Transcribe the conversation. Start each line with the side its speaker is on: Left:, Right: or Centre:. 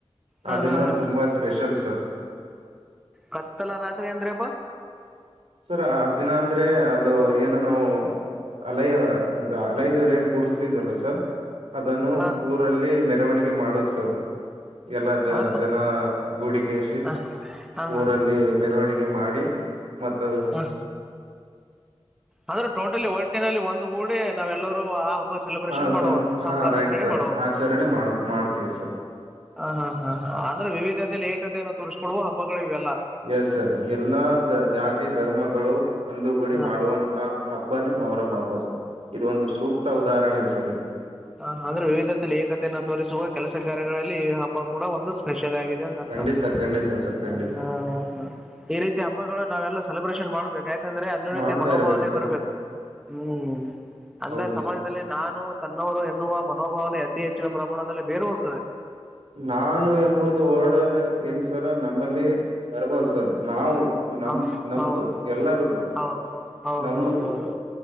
Centre: ಹಾ
Right: ಅದಿನ
Centre: ಹಾ ಹಾ
Right: ತುಂಬಾ ಸ್ಪೆಷಲ್ ತ್ತ
Centre: ಕತ್ತಲ್ಲ ರಾತ್ರಿ ಅಂದ್ರೆಪ್ಪ
Right: ಸರ್ ಆ್ ದಿನ ಅಂದ್ರೆ ಅದು ಏನು ನಾವು ಅಲ್ಲಯ ಹಲೈದ್ವರೆ ಏನ್ ಕೂಡ್ತಿದಲ್ಲ ಸರ್ ಅದನ್ನು
Centre: ಹಾ
Right: ಊರಲ್ಲಿ ಮ ಮೆರವಣಿಗೆ ಮಾಡೋುದು ಸರ್ ಎಲ್ಲ ಜ
Centre: ಅದ್ರ
Right: ಜನ ಗುಡಿಿಗೆಸಿ
Centre: ಹಾ
Right: ಊರಲ್ಲಿ
Centre: ಹಾ
Right: ಮೆರವಣಿಗೆ ಮಾಡಿ ಮತ್ತದು
Centre: ಹಾ ಅಂದ್ರೆ ಟೋಟಲಿ ಒಟ್ಟಿನಲ್ಲಿ ಒಂದು ಗೂಡಿ ನಾವೆಲ್ಲರೂ ಆ ಸೆಲೆಬ್ರೇಷನ್
Right: ಹಾ
Centre: ಮಾಡುದು
Right: ಸಂ ಹಾ
Centre: ಸಂಭ್ರಮಾಚರಣೆ
Right: ರೈಟ್ ಸರ್
Centre: ಮಾಡುದು
Right: ಆಚರಣೆ ಮಾಡ ಮಾಡ್ತೀವಿ ಸರ್
Centre: ಹ ಹ್ರೆ ವಿವಿ ಏಕತೆಯನ್ನು ತೋರಿಸಿಕೊುವ ಹಬ್ಗಳಿವೆಲ್ಲ
Right: ಎಸ್ ಸರ್ ಎಲ್ಲಾ ದ ಜಾತಿ ಧರ್ಮಗಳು ಒಂದು ಗುಡಿ
Centre: ಹಾ,
Right: ಮಾಡುವಂತ ಹಬ್ಬಾನೇ ಮೊಹರಮ್ಮ ಹಬ್ಬ ಸರ್ ಇದು ಒಂದು ಸೂಕ್ತ ಉದಾಹರಣೆ ಸರ್ ಇ
Centre: ಹ ಅಂದ್ರೆ ವಿವಿಧದಲ್ಲಿ ಏಕತೆಯನ್ನ ತೋರಿಸುವ ಕೆಲಸ ಕಾರ್ಯಗಳಲ್ಲಿ ಈ ಹಬ್ಬ ಕೂಡ ಒಂದು ಸ್ಪ ಆ ಅಂತ ಅರ್ಥ
Right: ಖಂಡಿತ ಖಂಡಿತ ಸರ್ ಖಂಡಿತ
Centre: ಹ ಹ ಹ ಈ ರೀತಿ ಹಬ್ಬಗಳು ನಾವೆಲ್ಲ ಸೆಬ್ರೇನ್ ಮಾಡ್ಬೇಕು ಂದ್ರೆ ಅನ್ಯೋನತಿ
Right: ಮಾಡ್ತಾ
Centre: ಮನೋಭಾವನೆ
Right: ಇರ್ಬೇಕು ಸರ್
Centre: ಬರಬೇಕು ಹ್ಮ್ ಅಂದ್ರ
Right: ಹೌದು
Centre: ಸಮಾಜದಲ್ಲಿ
Right: ಸರ್
Centre: ನಾನು ಎನ್ನುವ ಮನೋಭಾವನೆ ಅತಿ ಹೆಚ್ಚಿನ ಪ್ರಮಾಣದಲ್ಲಿ ಬೇರೂರ್
Right: ನಾನು ಎಂಬುದು ಹೊರ್ಡನೆ ಏನ್ಸರ ನಮ ನಮ್ಮಲ್ಲಿ ಬರ್ಬಾರದು ಸರ್ ನಾವು ನಮ
Centre: ಹ
Right: ನಮ್ದು
Centre: ಹೌದು
Right: ಎಲ್ಲಾರದು
Centre: ಹೌದು ಹೌದೌದು
Right: ನಮ್ಮದು
Centre: ಹೌದು